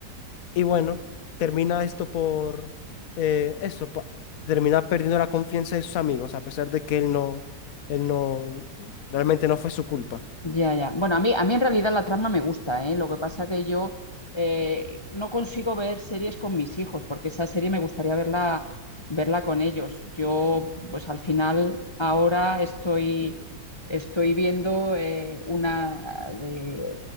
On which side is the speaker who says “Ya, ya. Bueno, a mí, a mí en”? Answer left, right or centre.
Left